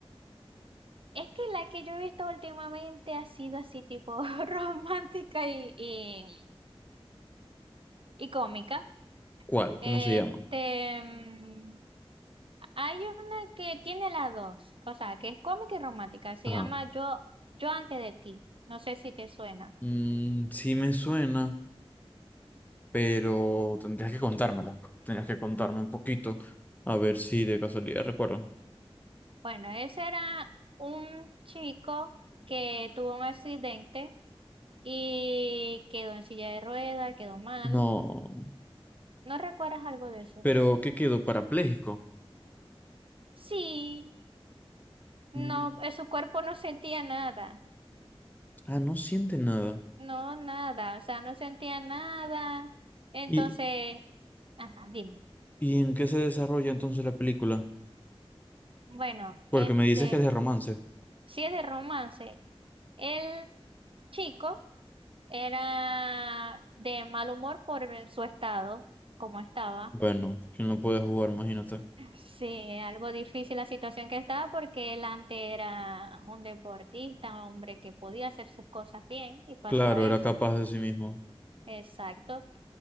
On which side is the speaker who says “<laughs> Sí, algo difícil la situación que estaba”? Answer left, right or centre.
Right